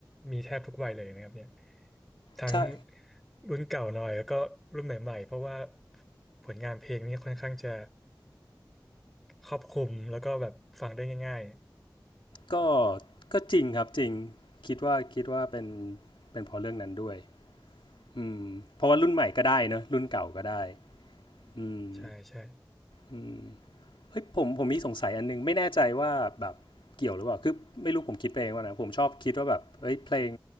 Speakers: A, in the centre; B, on the left (about 85°).
A: มีแทบทุกวัยเลยนะครับเนี่ย ทั้ง
B: ใช่
A: รุ่นเก่าหน่อยแล้วก็รุ่นใหม่ๆ เพราะว่าผลงานเพลงนี่ค่อนข้างจะครอบคลุมแล้วก็แบบฟังได้ง่าย
B: ก็ก็จริงครับจริงคิดว่าคิดว่าเป็นเป็นเพราะเรื่องนั้นด้วยอืมเพราะว่ารุ่นใหม่ก็ได้เนอะรุ่นเก่าก็ได้อืม
A: ๆ ใช่ใช่
B: อืม เฮ้ยผมผมมีสงสัยอันนึงไม่แน่ใจว่าแบบเกี่ยวหรือเปล่าคือไม่รู้ผมคิดเองว่านะผมชอบคิดว่าแบบเฮ้ยเพลง